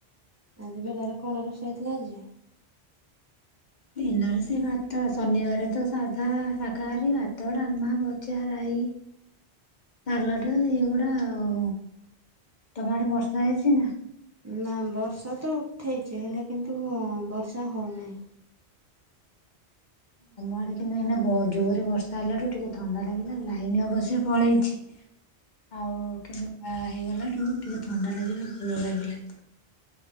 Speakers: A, on the right (about 30°); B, on the left (about 50°).
A: ଆଜି ବେଲାରେ କଣ ରୋଷେଇ ହେଇଥିଲା ଆଜି?
B: ଦିନରେ ସେ ଭାତ ଶନିବାର ତ ସାଧା ସାକାହାରୀ ଭାତ, ଡାଲମା, ଭଜା, ରାଇ ସାଲଟ ଏଇଗୁଡ଼ା ଆଉ। ତମ ଆଡେ ବର୍ଷା ହେଇଚି ନା?
A: ନା ବର୍ଷା ତ ଉଠେଇଛି ହେଲେ କିନ୍ତୁ ବର୍ଷା ହଉନାହିଁ।
B: ଆମ ଆଡ଼େ କିନ୍ତୁ ଏଇନା ଜୋରରେ ବର୍ଷା ହେଲାଠୁ ଟିକେ ଥଣ୍ଡା ଲାଗିଲା ଲାଇନ ଅବଶ୍ୟ ପଳେଇଛି। ଆଉ କିନ୍ତୁ ବାହା ହେଇଗଲାଠୁ ଟିକେ ଥଣ୍ଡା ଲାଗିଲା ଭଲ ଲାଗିଲା।